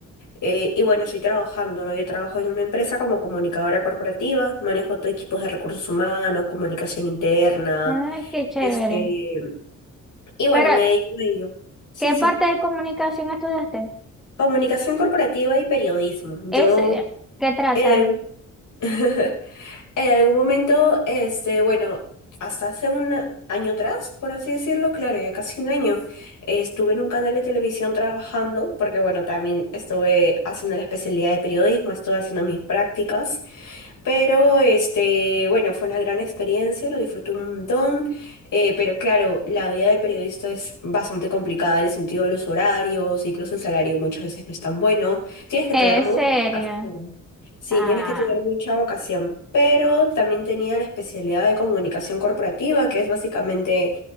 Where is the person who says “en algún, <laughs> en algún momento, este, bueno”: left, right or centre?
Left